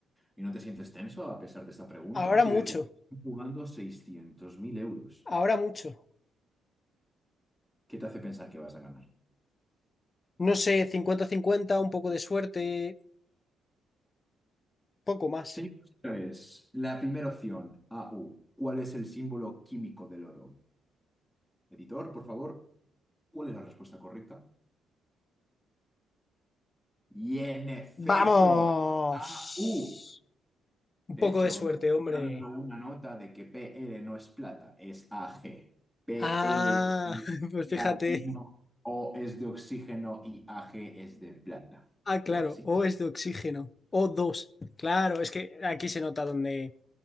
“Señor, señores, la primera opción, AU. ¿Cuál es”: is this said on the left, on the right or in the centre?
Centre